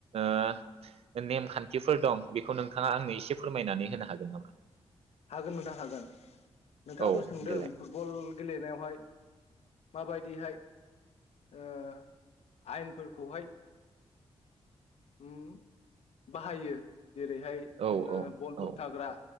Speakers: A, on the right (about 70°); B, on the left (about 80°).
A: ओ नेमखान्थिफोर दं बेखौ नोंथाङा आंनो एसे फोरमायनानै होनो हागोन नामा?
B: हागोन नोंथां हागोन, नोंथाङाथ'
A: औ
B: सोंदों
A: देलाय
B: फुटबल बल गेलेनायावहाय माबायदिहाय ओ आयेनफोरखौहाय उम बाहायो जेरैहाय
A: औ
B: नोङो
A: औ
B: बल
A: औ
B: होबथाग्रा